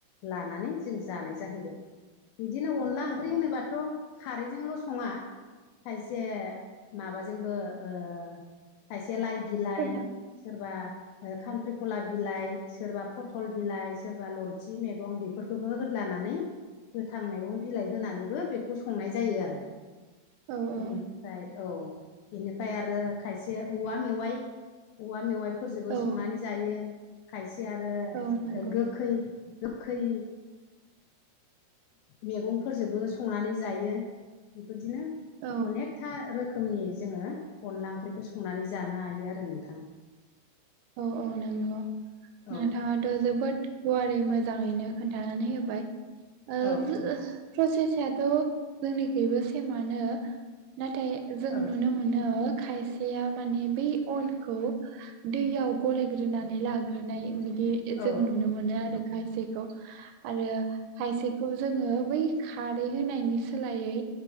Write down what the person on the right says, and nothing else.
औ
सदा
औ औ
औ
औ नंगौ
औ
औ औ नंगौ नोंथाङा
ओ' जोबोद गुवारै मोजाङैनो खोन्थानानै होबाय ओ
प्रसेसाथ' जोंनिखैबो सेमानो नाथाय जों
नुनो मोनो खायसेया माने बै अनखौ दैयाव गलायग्रोनानै लाग्रोनाय बिदि
जों नुनो मोनो आरो खायसेखौ आरो खायसेखौ जोङो बै खारै होनायनि सोलायै